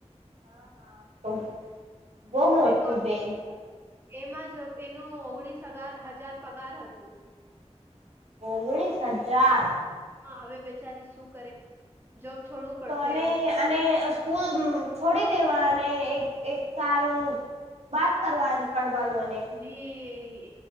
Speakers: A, on the right; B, on the right.
A: હા હા તો બહુ મોટું
B: જે કો
A: બેન્ક હતું.
B: એમાં જ એનું ઓગણીસ હગાર હજાર પગાર હતું.
A: ઓગણીસ હજાર
B: હા હવે બેચારી શું કરે જોબ છોડવું પડશે
A: તો અને
B: એને તો
A: અને પુલ છોડી દેવા અને એક એક સાલ બાત કરવા પણ વાંધને.
B: ની